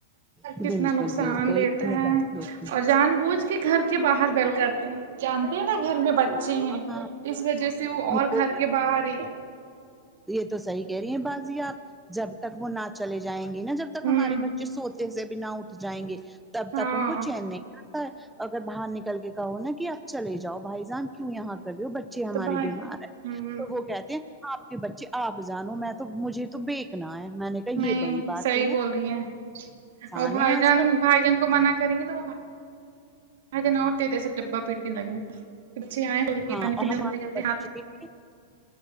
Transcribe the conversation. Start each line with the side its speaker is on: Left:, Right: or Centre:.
Centre: بالکل
Right: کتنا نقصان
Centre: بالکل
Right: دیتا
Centre: میں
Right: ہے
Centre: بچوں کی-
Right: اور جان بوجھ کے گھر کے باہر بیل کرتے ہیں جانتے ہیں نا گھر میں بچے
Centre: ہاں
Right: ہیں اس وجہ سے وہ
Centre: ان
Right: اور
Centre: کو
Right: گھر کے باہر ہی
Centre: یہ تو صحیح کہہ رہی ہیں بازی آپ جب تک وہ نہ چلے جائیں گی نا جب تک
Right: ہوں
Centre: ہمارے بچے سوتے سے بھی نہ اٹھ جائیں گے تب
Right: ہاں
Centre: تک ان کو چین نیی اگر باہر نکل کے کہو نا کہ آپ چلے جاؤ بھائی جان کیوں یہاں کر رہی ہو ب بچے ہمارے
Right: تو بھائی
Centre: بیمار ہے
Right: ہوں
Centre: تو وہ کہتے ہیں آپ کے بچے آپ جانو میں تو مجھے تو بییکنا ہے میں نے کہا
Right: نہیں
Centre: یہ بڑی بات
Right: صحیح
Centre: ہوئی
Right: بول
Centre: ہے
Right: رہی ہیں
Centre: آسان
Right: اور بھائی
Centre: ہے آج
Right: جان
Centre: کل
Right: بھائی جان کو منع کریں گے تو وہ آ ج ن اٹتے تھ ایسے ڈبا پیٹنے لگیں گا بچے آئے <inaudible> بولک
Centre: ہاں
Right: پانی
Centre: اور
Right: پینے
Centre: ہمارے
Right: گے گے
Centre: بچے
Right: ہاتھ <inaudible>